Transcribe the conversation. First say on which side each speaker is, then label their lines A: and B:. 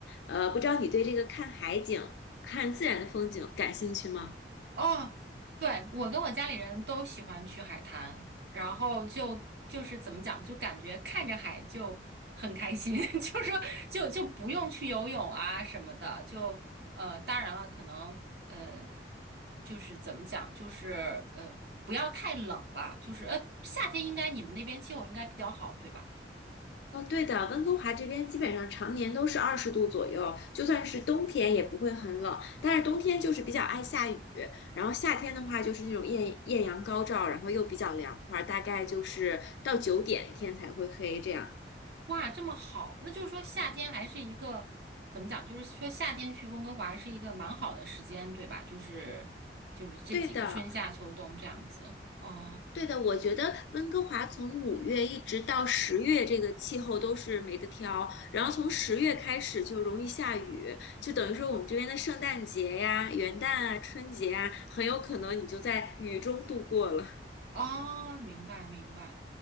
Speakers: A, on the left (about 70°); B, on the right (about 60°).
A: 呃，不知道你对这个看海景、看自然的风景感兴趣吗？
B: 哦，对，我跟我家里人都喜欢去海滩，然后就就是怎么讲，就感觉看着海就很开心，<laughs> 就是说就就不用去游泳啊什么的，就呃，当然了，可能呃，就是怎么讲，就是呃，不要太冷吧，就是呃，夏天应该你们那边气候应该比较好，对吧？
A: 哦，对的，温哥华这边基本上常年都是二十度左右，就算是冬天也不会很冷，但是冬天就是比较爱下雨，然后夏天的话就是那种艳艳阳高照，然后又比较凉快儿大概就是到九点天才会黑这样。
B: 哇，这么好，那就是说夏天还是一个怎么讲？就是说夏天去温哥华是一个蛮好的时间，对吧？就是就是这几个春夏秋冬这样子。
A: 对的，
B: 嗯，
A: 对的，我觉得温哥华从五月一直到十月，这个气候都是没得挑。然后从十月开始就容易下雨，就等于说我们这边的圣诞节呀、元旦啊、春节啊，很有可能你就在雨中度过了。
B: 哦，明白明白。